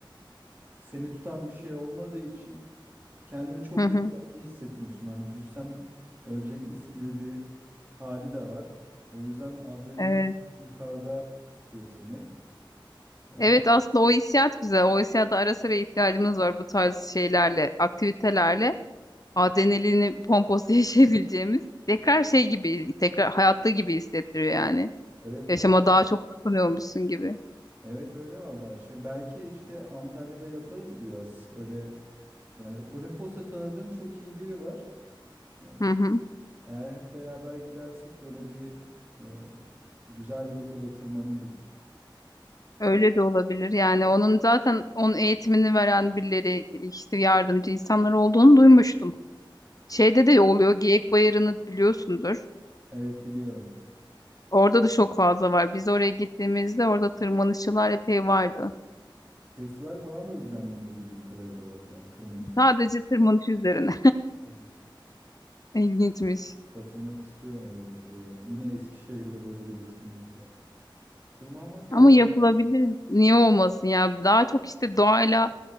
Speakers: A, on the right (about 25°); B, on the left (about 45°).
A: seni tutan bir şey olmadığı için kendini çok
B: Hı hı.
A: da güvenli hissetmiyorsun. Hani düşsen ölecekmişsin gibi bir hali de var. O yüzden adrenalin
B: Evet.
A: yukarıda tutuyor seni. Ee,
B: Evet aslında o hissiyat güzel. O hissiyata ara sıra ihtiyacımız var bu tarz şeylerle, aktivitelerle. Adrenalini pomposu <laughs> yaşayabileceğimiz. Tekrar şey gibi, tekrar hayatta gibi hissettiriyor yani.
A: evet
B: Yaşama
A: evet.
B: daha çok tutunuyormuşsun gibi.
A: Evet öyle vallahi şey. Belki işte Antalya'da yaparız bu yaz. Öyle yani Olimpos'ta tanıdığım çok iyi biri var. Ee,
B: Hı hı.
A: eğer hep beraber gidersek böyle bir e, güzel bir rotada tırmanırız.
B: Öyle de olabilir. Yani onun zaten onun eğitimini veren birileri işte yardımcı insanlar olduğunu duymuştum. Şeyde de oluyor Geyik Bayırı'nı biliyorsundur.
A: Evet biliyorum.
B: Orada da çok fazla var. Biz oraya gittiğimizde orada tırmanışçılar epey vardı.
A: Festival falan da düzenleniyor bildiğim kadarıyla orada. Tırmanış Fest.
B: Sadece tırmanış üzerine.
A: Evet.
B: <laughs> İlginçmiş.
A: Katılmak istiyorum öyle bir şeye. Yine Eskişehir'de böyle bir etkinlik var. Tırmanmak
B: Ama
A: eğlenceli.
B: yapılabilir. Niye olmasın ya? Daha çok işte doğayla